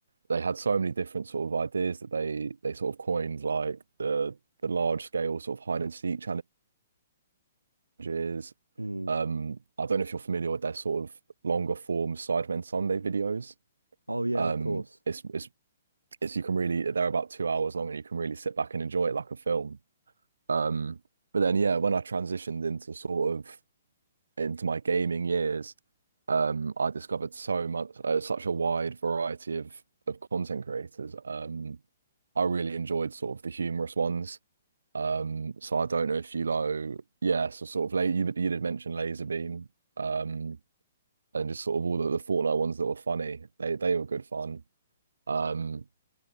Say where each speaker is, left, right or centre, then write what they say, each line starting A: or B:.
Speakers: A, on the right; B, on the right.
A: they had so many different sort of ideas that they they sort of coined like the the large scale sort of hide and seek challenges.
B: Mm.
A: Um, I don't know if you're familiar with their sort of longer form Sidemen Sunday videos.
B: Oh yeah,
A: Um,
B: of course.
A: it's
B: <laughs>
A: it's it's you can really they're about two hours long and you can really sit back and enjoy it like a film. Um, but then yeah, when I transitioned into sort of into my gaming years, um, I discovered so much, uh, such a wide variety of of content creators. Um, I really enjoyed sort of the humorous ones. Um, so I don't know if you know, yeah, so sort of late you you did mention Laserbeam, um, and just sort of all the, the Fortnite ones that were funny. They they were good fun. Um,